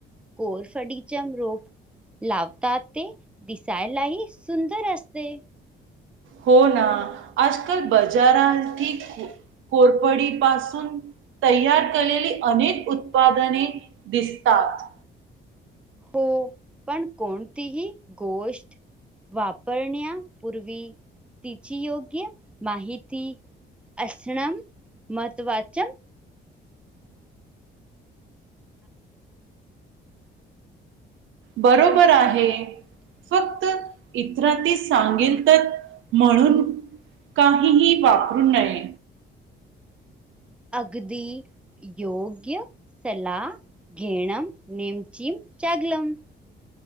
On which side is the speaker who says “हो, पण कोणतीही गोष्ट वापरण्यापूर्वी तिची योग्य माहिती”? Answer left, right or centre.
Centre